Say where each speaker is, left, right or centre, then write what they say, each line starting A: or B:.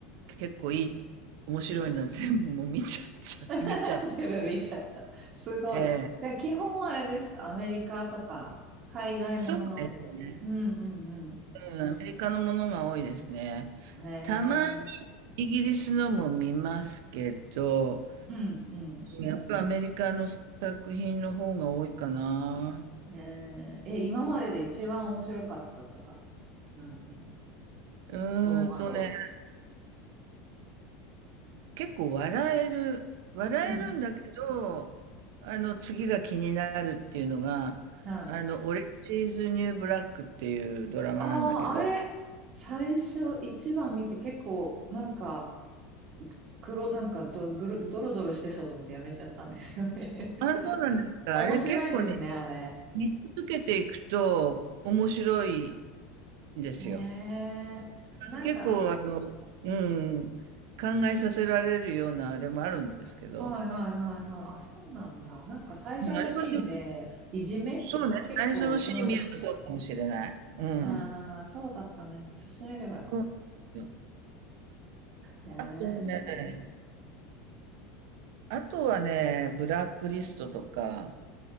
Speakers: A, on the right; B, on the right.
A: 結構いい、面白いのは全部もう見ちゃっちゃ、
B: <laughs>
A: 見ちゃって。
B: 全部見ちゃった。すごい。
A: ええ
B: で、基本あれですかアメリカとか、海外ものが多いですかうん
A: そうですね。
B: うんう
A: うん、アメリカのものが多いですね。
B: ん。へ
A: たまに
B: え。
A: イギリスのも見ますけど、
B: うんう
A: やっぱアメリカの作品の方が多いかな。
B: ん。えー、え、今までで一番面白かったとか、なん、なんで、
A: うーんとね、
B: ローンドーと
A: 結構笑える、笑えるんだけど、
B: うん。
A: あの、次が気になるっていうのが、
B: はい。
A: あの、オレンジーズ・ニュー・ブラックっていうドラマなんだけど、
B: ああ、あれ、最初一番見て結構、なんか、黒、なんかど、ぐる、ドロドロしてそうと思ってやめちゃったんですよね。<laughs>
A: あ、そうなんですか。
B: 面白いんですね、
A: あれ結構ね、
B: あれ。
A: 見続けていくと面白いんですよ。
B: へえ。なんか、
A: 結構、あの、うん、考えさせられるようなあれもあるんですけど、
B: はいはいはいはい。あ、そうなんだ。なんか最初のシーンで、
A: うん、あれはね、
B: いじめ結構、
A: そうね、最初のシーン見るとそうかもしれない。
B: うん。
A: うん。
B: ああ、そうだったね。進めればよかっ
A: そうなんですよ
B: た
A: あとね、
B: ね。
A: あとはね、ブラックリストとか、